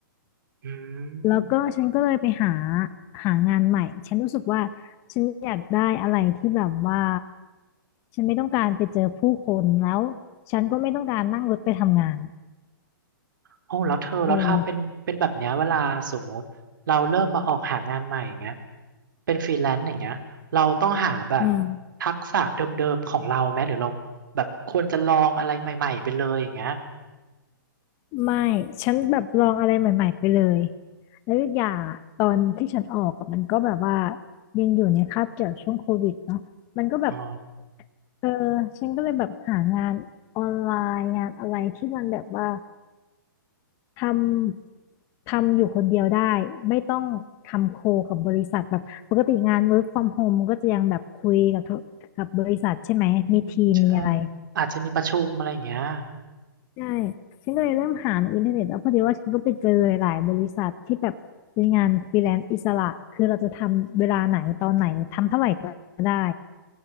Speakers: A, on the right; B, on the left.
A: อื
B: แล้วก็ฉันก็เลยไปหา
A: ม
B: หางานใหม่ฉันรู้สึกว่าฉันอยากได้อะไรที่แบบว่าฉันไม่ต้องการไปเจอผู้คนแล้วฉันก็ไม่ต้องการนั่งรถไปทำงาน
A: โอ้แล้วเธอแล้วถ้าเป็นเป็นแบบเนี้ยเวลาสมมติเราเริ่มมาออกหางานใหม่อย่างเงี้ย
B: เออ
A: เป็นฟรีแลนซ์อย่างเงี้ยเราต้องหาแบบ
B: อืม
A: ทักษะเดิมๆของเราไหมหรือเราแบบควรจะลองอะไรใหม่ๆไปเลยอย่างเงี้ย
B: ไม่ฉันแบบลองอะไรใหม่ๆไปเลยแล้วอีกอย่างอะตอนที่ฉันออกอะมันก็แบบว่ายังอยู่ในคาบเกี่ยวช่วงโควิดเนาะมันก็แบบ
A: อ๋อ
B: เออฉันก็เลยแบบหางานออนไลน์งานอะไรที่มันแบบว่า ทำทำอยู่คนเดียวได้ไม่ต้องทำโคกับบริษัทแบบปกติงาน work from home มันก็จะยังแบบคุยกับธุกับบริษัทใช่ไหมมีทีมมีอะไร
A: อืมใช่อาจจะมีประชุมอะไรอย่างเงี้ย
B: ใช่ฉันก็เลยเริ่มหาในอินเทอร์เน็ตแล้วพอดีว่าฉันก็ไปเจอหลายๆบริษัทที่แบบเป็นงานฟรีแลนซ์อิสระคือเราจะทำเวลาไหนตอนไหนทำเท่าไหร่ก็ได้